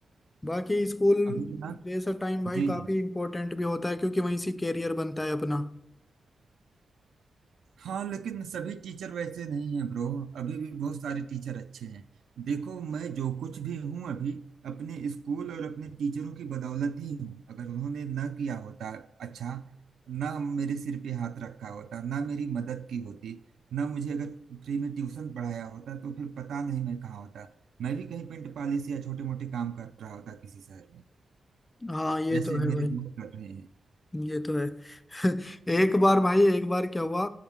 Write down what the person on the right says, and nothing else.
अभी ना
जी जी
हाँ लेकिन सभी टीचर वैसे नहीं हैं ब्रो अभी भी बहुत सारे टीचर अच्छे हैं देखो मैं जो कुछ भी हूँ अभी अपने स्कूल और अपने टीचरों की बदौलत ही हूँ अगर उन्होंने ना किया होता अच्छा ना मेरे सिर पे हाथ रखा होता ना मेरी मदद की होती ना मुझे अगर फ्री में ट्यूशन पढ़ाया होता तो फिर पता नहीं मैं कहाँ होता मैं भी कहीं पेंट पॉलिश या छोटे मोटे काम कर रहा होता किसी शहर में
जैसे
मेरे दोस्त कर रहे हैं
तो